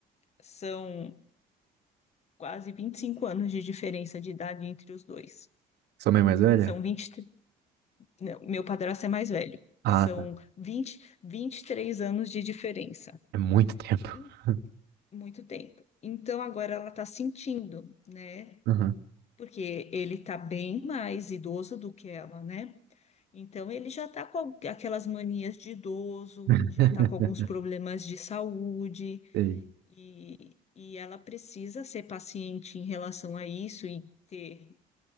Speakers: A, on the left; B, on the right.
A: são quase 25 anos de diferença de idade entre os dois.
B: Sua mãe é mais velha?
A: São 20 Não, meu padrasto é mais velho.
B: Ah,
A: São
B: tá.
A: vinte vinte e três anos de diferença.
B: É muito tempo.
A: Em
B: <laughs>
A: muito tempo. Então agora ela tá sentindo, né?
B: Uhum.
A: Porque ele tá bem mais idoso do que ela, né? Então ele já tá com aquelas manias de idoso,
B: <laughs>
A: já tá com alguns problemas de saúde
B: Sei.
A: e, e ela precisa ser paciente em relação a isso e ter